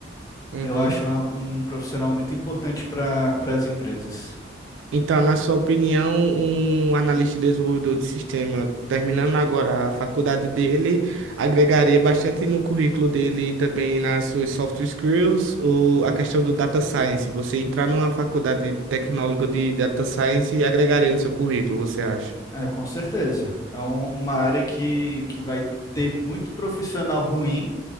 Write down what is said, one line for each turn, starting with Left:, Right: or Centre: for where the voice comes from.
Right: Uhum.
Left: Eu acho uma- um profissional muito importante para para as empresas.
Right: Então, na sua opinião, um analista e desenvolvedor de sistema, terminando agora a faculdade dele, agregaria bastante no currículo dele e também nas suas soft skills, ou a questão do data science. Você entrar numa faculdade tecnóloga de data science e agregaria no seu currículo, você acha?
Left: É, com certeza. É um- uma área que, que vai ter muito profissional ruim